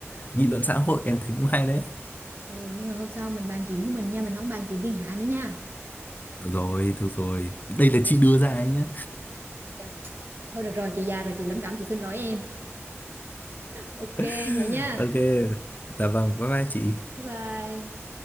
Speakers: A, on the left; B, on the right.
A: nghị luận xã hội em thấy cũng hay đấy.
B: ừ nhưng mà hôm sau mình bàn chuyện của mình nha mình không bàn chuyện thiên hạ nữa nha
A: Được Rồi, được rồi. Đây là
B: Ờ,
A: chị đưa ra ấy nhá.
B: Trời, thôi được rồi chị già rồi chị lẩm cẩm chị xin lỗi em ok
A: <laughs>
B: vậy nha
A: Ok. Dạ vâng, bye bye chị.
B: bye bye